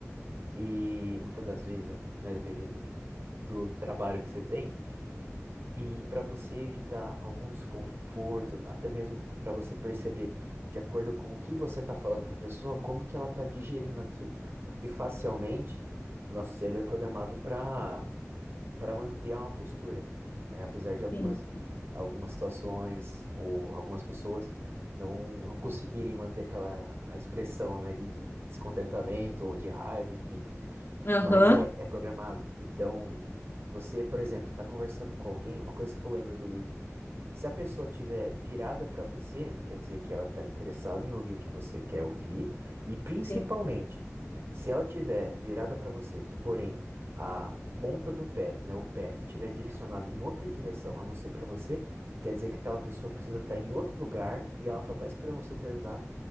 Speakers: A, on the right; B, on the left.
A: e muitas das vezes, né, dependendo do trabalho que você tem, e para você evitar algum desconforto, até mesmo para você perceber, de acordo com o que você está falando para a pessoa, como que ela está digerindo aquilo. Porque facialmente o nosso cérebro é programado para para manter uma postura, né? Apesar de algumas,
B: Sim.
A: algumas situações ou algumas pessoas não, não conseguirem manter aquela a expressão, né, de, de descontentamento ou de raiva, enfim.
B: Aham,
A: Mas é, é programado. Então, você, por exemplo, está conversando com alguém, uma coisa que eu lembro do livro se a pessoa tiver virada para você, quer dizer que ela está interessada em ouvir o que você quer ouvir, e principalmente,
B: sim.
A: se ela tiver virada para você, porém a ponta do pé, né, o pé, estiver direcionada em outra direção, a não ser para você, quer dizer que aquela pessoa precisa estar em outro lugar e ela só está esperando você terminar